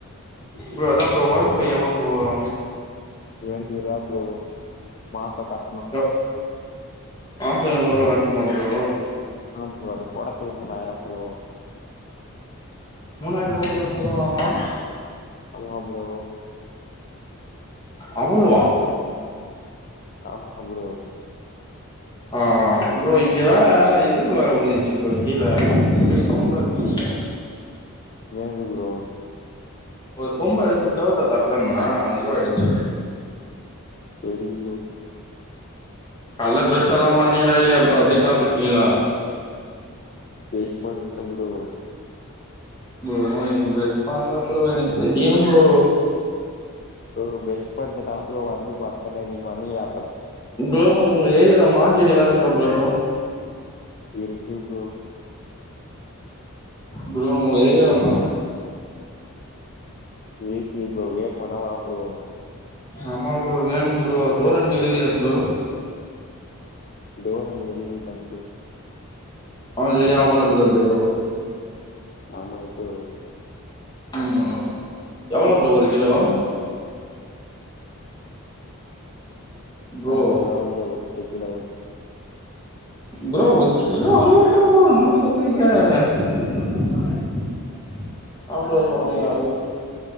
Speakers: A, on the left; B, on the left.
A: ப்ரோ அதா ப்ரோ ஒய்ஃபை எவ்ளோ ப்ரோ வரு
B: எழ்நூர்ருவா ப்ரோ மாசோ கட்
A: ஓ மாசோ எழ்நூர்ருவா கட்ணுமா ப்ரோ
B: ஆம் ப்ரோ அது போடத்துகு மூணாய்ர்வா செலவாவு
A: மூணாய்ருவா ப்ரோ செலவாவு
B: ஆமா ப்ரோ
A: அவ்ளோவா
B: ஆமாங்க ப்ரோ
A: ஆ ப்ரோ இங்க வேற இது வேற முஞ்சிச்சி ப்ரோ கீழ ஒரே சவுண்டா இருக்கு இங்க
B: ஏங்க ப்ரோ
A: ஒரு கொம்ப எடுத்து செவுத்த தட்டுன்னா அது இதுவாயிடுச்சு
B: செரி ப்ரோ
A: கால்ல ப்ரஷ் எல்லா பண்ணீங்களா இல்லயா ப்ரோ அப்டியே சாப்பிட்டீங்களா
B: ப்ரஷ் பண்ட்ட ப்ரோ
A: ப்ரோ நீங்க ப்ரஷ் பண்ல ப்ரோ எனக் தெரியு ப்ரோ
B: ப்ரோ ப்ரஸ் பண்ட்டுதா ப்ரோ வந்து பட்த்தன்னே நீங் வந்தீங்கல
A: ப்ரோ உங்க ஏரியால மாஞ்செடி எல்லா இருக்கா ப்ரோ
B: இருக்கு ப்ரோ
A: ப்ரோ உங்க ஏரியால மாமரோ <inaudible>
B: இருக்கு ப்ரோ வேணுமன்னா வா ப்ரோ
A: ஆமா ப்ரோ வேணு ப்ரோ டோர் அண்ட் டெலிவரியா ப்ரோ
B: டோர் அண்ட் டெலிவ்ரி தா ப்ரோ
A: ஆல் ஏரியா அவலபிளா ப்ரோ
B: ஆமா டூ
A: உம் எவளோ ப்ரோ ஒரு கிலோ ப்ரோ
B: அறுவது ரூபா ப்ரோ ஒத்த கிலோ
A: ப்ரோ ஒரு கிலோ அருவது ரூபாவா என்ன சொல்றீங்க <unintelligible>
B: ஆமா
A: சொல்றீங்க
B: ப்ரோ
A: அருள்